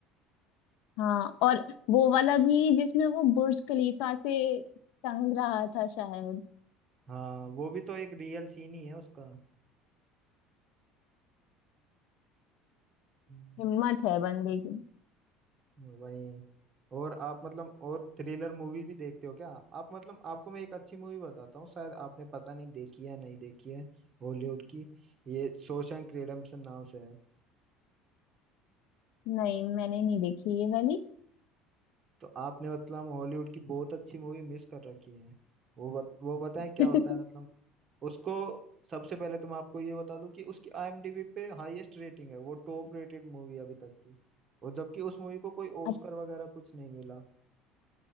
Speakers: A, on the left; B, on the right.
A: हाँ और वो वाला भी जिसमें वो बुर्ज खलीफा से तंग रहा था शायद
B: हाँ वो भी तो एक रियल सीन ही है उसका हम्म।
A: हिम्मत है बंदे की
B: वही और आप मतलब और थ्रिलर मूवी भी देखते हो क्या आप मतलब आपको मैं एक अच्छी मूवी बताता हूँ शायद आपने पता नहीं देखी है नहीं देखी है हॉलीवुड की ये शॉशैंक रिडेम्पशन नाम से है
A: नहीं मैंने नहीं देखी ये वाली
B: तो आपने मतलब हॉलीवुड की बहुत अच्छी मूवी मिस कर रखी है वो बत, वो बताएं क्या
A: <laughs>
B: होता है मतलब उसको सबसे पहले तो मैं आपको ये बता दूं कि उसकी आईएमडीबी पे हाईएस्ट रेटिंग है वो टॉप रेटेड मूवी अभी तक की और जबकि उस मूवी को कोई ऑस्कर
A: अच्छा,
B: वगैरह कुछ नहीं मिला